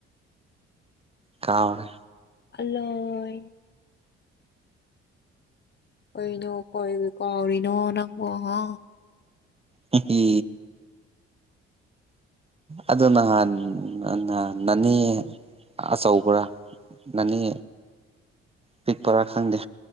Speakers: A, on the right (about 20°); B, on the left (about 35°).
A: ꯀꯥꯔꯦ
B: ꯄꯂꯣꯏ ꯑꯩꯣꯏꯅꯣ ꯀꯣꯏ ꯀꯣꯥꯎꯔꯤꯅꯣ ꯅꯪꯉꯣ ꯍꯥ
A: ꯍꯝ ꯑꯗꯨ ꯅꯍꯥꯟ ꯅꯍꯥꯟ ꯅꯅꯦ ꯑꯆꯧꯕ꯭ꯔꯥ ꯅꯅꯤ ꯄꯤꯛꯄꯔꯥ ꯈꯪꯗꯦ